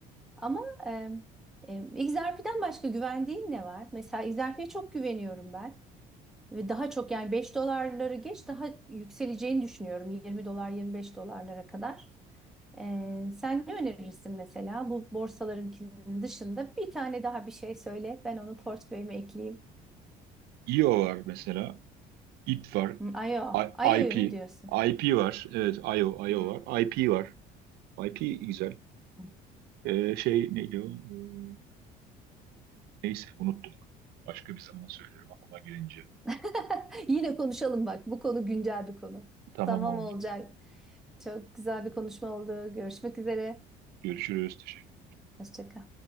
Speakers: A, in the centre; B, on the right (about 75°).
A: Ama e, e, XRP'den başka güvendiğin ne var? Mesela XRP'ye çok güveniyorum ben. Ve daha çok yani 5 dolarları geç daha yükseleceğini düşünüyorum. 20 dolar 25 dolarlara kadar. E, sen ne önerirsin mesela bu borsalarınkinin dışında bir tane daha bir şey söyle. Ben onu portföyüme ekleyeyim.
B: IO var mesela. IP var.
A: Hı, Ayo,
B: I-
A: ayoyu
B: IP.
A: mu diyorsun?
B: IP var. Evet, IO, IO
A: Hmm.
B: var. IP var. IP güzel.
A: Hmm.
B: Ee, şey neydi o? Hmm, Neyse unuttum. Başka bir zaman söylerim aklıma gelince.
A: <laughs> Yine konuşalım bak. Bu konu güncel bir konu.
B: Tamam
A: Tamam
B: oldu.
A: olacak. Çok güzel bir konuşma oldu. Görüşmek üzere.
B: Görüşürüz. Teşekkür
A: Hoşça kal.